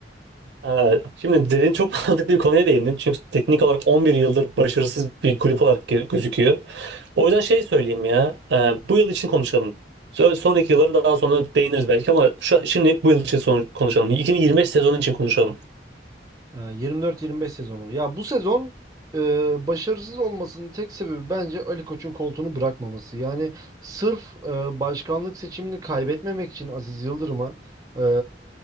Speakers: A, on the right; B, on the right.
A: Evet. Şimdi derin çok mantıklı bir konuya değindin. Çünkü teknik olarak 11 yıldır başarısız bir kulüp olarak ge- gözüküyor. O yüzden şey söyleyeyim ya. e, bu yıl için konuşalım. Sö- Son iki yılları daha sonra değiniriz belki ama şu, şimdilik bu yıl için son- konuşalım. 2025 sezonu için konuşalım.
B: Ee, 24-25 sezonu. Ya bu sezon e, başarısız olmasının tek sebebi bence Ali Koç'un koltuğunu bırakmaması. Yani sırf e, başkanlık seçimini kaybetmemek için Aziz Yıldırım'a e,